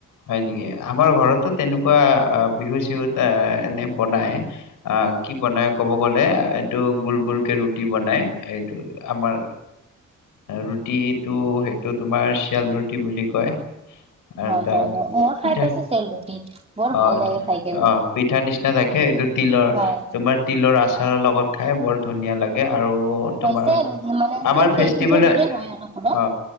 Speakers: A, on the left; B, on the right.
A: হয় নেকি আমাৰ ঘৰতো তেনেকুৱা বিহু চিহুত এনেই বনায় কি বনায় ক'ব গ'লে এইটো গোল গোলকৈ ৰুটি বনায় এইটো আমাৰ ৰুটিটো সেইটো তোমাৰ শিয়াল ৰুটি বুলি কয় আৰু তাক
B: হয় হয় মই
A: পিঠা
B: খাই পাইছো চেল ৰুটি বৰ
A: অ
B: ভাল লাগে খাই কেনে
A: অ পিঠাৰ নিচিনা থাকে এইটো তিলৰ
B: হয়
A: তোমাৰ তিলৰ আচ আ ৰৰ লগত খাই বৰ ধুনীয়া লাগে। আৰু
B: হয়
A: তোমাৰ
B: হয় চেম মানে
A: আমাৰ
B: চেম
A: ফেষ্টিভেল
B: তেল পিঠা দৰে হয় অলপ অলপ
A: অ